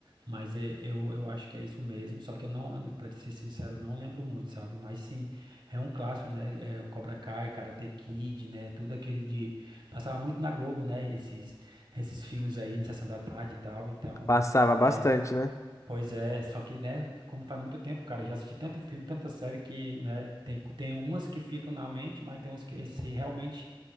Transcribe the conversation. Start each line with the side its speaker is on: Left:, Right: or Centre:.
Right: mas é- eu, eu acho que é isso mesmo, só que eu não, pra te ser sincero, eu não lembro muito, sabe? Mas sim, é um clássico, né? É, Cobra Kai, Karate Kid, né? Tudo aquele de passava muito na Globo, né? Esses esses filmes aí, na Sessão da Tarde e tal. Então,
Left: Passava bastante,
Right: é,
Left: né?
Right: Pois é, só que, né, como faz muito tempo, cara, eu já assisti tanto filme, tanta série que, né, tem, tem umas que ficam na mente, mas tem umas que esse, realmente